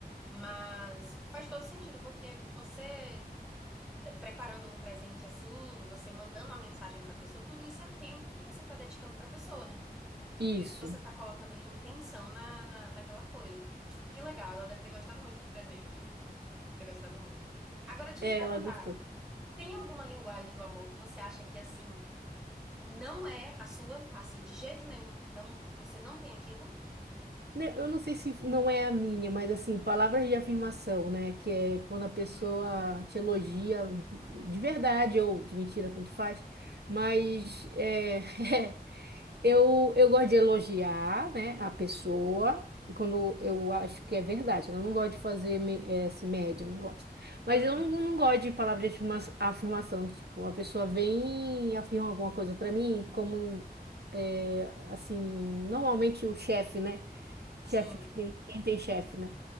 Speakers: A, in the centre; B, on the right (about 85°).
A: Mas faz todo sentido, porque você né, preparando um presente assim, você mandando uma mensagem para a pessoa, tudo isso é tempo que você está dedicando para a pessoa, né? Tudo
B: Isso.
A: isso você está colocando ali intenção na, na, naquela coisa. Que legal, ela deve ter gostado muito do presente. Deve ter gostado muito. Agora, deixa
B: É,
A: eu te perguntar,
B: ela gostou.
A: tem alguma linguagem do amor que você acha que, assim, não é a sua? Assim, de jeito nenhum, não, você não tem aquilo?
B: Né, Eu não sei se não é a minha, mas assim, palavras de afirmação, né? Que é quando a pessoa
A: Hum,
B: te elogia de verdade ou de mentira, tanto faz. Mas é, <laughs> Eu, eu gosto de elogiar, né, a pessoa quando eu acho que é verdade. Eu não gosto de fazer me- eh, assim, média, eu não gosto. Mas
A: uhum,
B: eu não, não gosto de palavra de afirma- afirmação. Tipo, a pessoa vem e afirma alguma coisa para mim, como eh, assim, normalmente o chefe, né?
A: sim,
B: Chefe que tem, quem tem chefe, né?